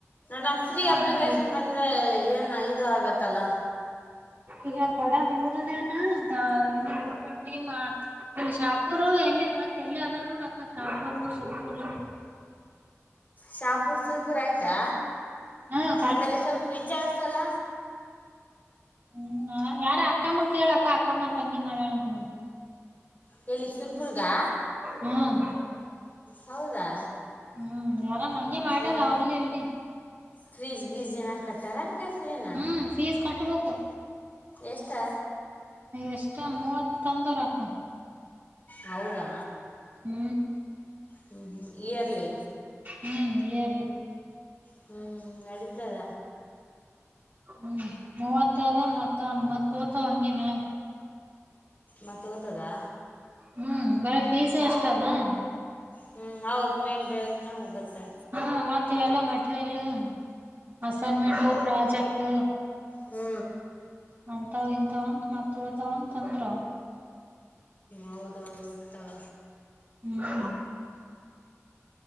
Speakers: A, on the left; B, on the right.
A: ನೋ ಫ್ರೀ
B: ಹಾ
A: ಅಪ್ಲಿಕನ್
B: ಹಾ ಇ-
A: ಬಂದ ಇದ್ರೆ ಏನ್ ಇದು ಆಗತ್ತಲ್ಲ
B: ಈಗ ಕೊಡ ಮುಗ್ದದೇನ ಏ ದುಡ್ ಕೊಟ್ಟಿ. ಅಲ್ಲಿ ಶಾಪೂರು ಎಲ್ಲ ಮತ್ ಎಲ್ಲಿ ಅದಾಗ ನೋಡಕ್ಕ ಶಾಪೂರು ಸೊಪೂರು.
A: ಶಾಪೂರ್ ಸುಪುರ್ ಆಯ್ತಾ
B: ಹ್ಮ್
A: ಮತ್ತ ಅಲ್ಲಿ ಸ್ವಲ್ಪ ವಿಚಾರಸಲ್ಲ.
B: ಹೂ ಯಾರ ಅಕ್ಕಮ್ಮ ಕೇಳಕ್ಕ ಅಕ್ಕಮ್ಮರ ತಂಗಿ ಮಾಡಳ ಹ
A: ಹೇಳಿ ಸುರ್ಬುರ್ಗಾ
B: ಹ್ಮ್
A: ಹೌದಾ
B: ಹೂ ಮೋರಂ ಹಂಗಗೆ ಮಾಡ್ಯಾರ
A: ಏನು
B: ಅವಲ್ಲಿ ಅಲ್ಲಿ
A: ಫ್ರೀಜ್ ಗೀಜ ಏನಾರು ಕಟ್ಟಾರ ಹಗೆ ಫ್ರೀನಾ
B: ಹ್ಮ್ ಫೀಸ್ ಕಟ್ಟಬೇಕು
A: ಎಷ್ಟಾ
B: ಎಷ್ಟ ಮೂವ ತಂದ್ರ ಹಾಕ
A: ಹೌದಾ
B: ಹೂ
A: ಹೂ ಇಯರ್ಲಿ
B: ಹೂ ಇಯರ್ಲ್ಲಿ
A: ಹೂ ಹೂ ನೆಡಿತದ
B: ಹ್ಮ್ ಮೂವತ್ತರ ಮತ್ತ ಮತ್ ಕೂತ ಹಂಗೆ ಮ್ಯಾಗ
A: ಮತ್ತು ಓದ್ತದಾ
B: ಹ್ಮ್ ಬರ ಪೀಜ ಆಷ್ಟ ವಾ
A: ಹ್ಮ್ ಹೌದ್ ಮೇಲೆ ಬೇನೆ ಹೋಗುತ್ತೆ
B: ಹ್ಮ ಮತ್ತವೆಲ್ಲ ಮೆಟೀರಿಯಲ್ ಅಸೈನ್ಮೆಂಟ್ ಪ್ರಾಜೆಕ್ಟ್
A: ಹ್ಂ
B: ಅಂತ ಇಂತವಂತ ಮತ್ ತಾವಂತ ಅಂದ್ರ.
A: ಹೌದೌದು ಹೋಗ್ತವೆ.
B: ಹ್ಮ.